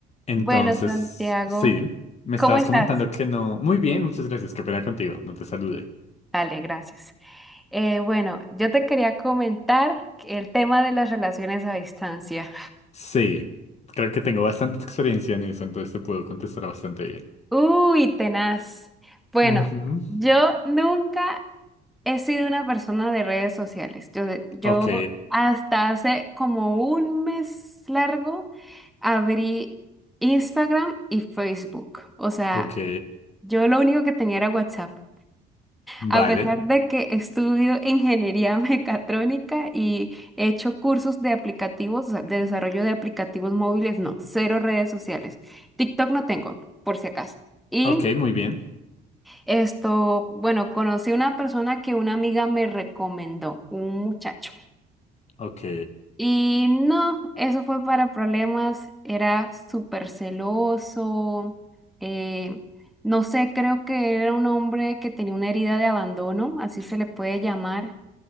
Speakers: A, on the left; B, in the centre.
A: Entonces,
B: Bueno, Santiago,
A: sí, me
B: ¿cómo
A: estabas
B: estás?
A: comentando que no. Muy bien, muchas gracias, qué pena contigo, no te saludé.
B: Dale, gracias. Eh, bueno, yo te quería comentar el tema de las relaciones a distancia.
A: Sí, creo que tengo bastante experiencia en eso, entonces te puedo contestar bastante bien.
B: <laughs> Uy, tenaz. Bueno,
A: Ujú,
B: yo nunca he sido una persona de redes sociales. Yo, yo
A: Ok,
B: hasta hace como un mes largo abrí Instagram y Facebook. O sea,
A: ok,
B: yo lo único que tenía era WhatsApp.
A: vale,
B: A pesar de que estudio ingeniería <laughs> mecatrónica y he hecho cursos de aplicativos, o sea, de desarrollo de aplicativos móviles, no, cero redes sociales. TikTok no tengo, por si acaso. Y
A: ok, muy bien,
B: esto, bueno, conocí una persona que una amiga me recomendó, un muchacho.
A: ok.
B: Y no, eso fue para problemas, era súper celoso, eh, no sé, creo que era un hombre que tenía una herida de abandono, así se le puede llamar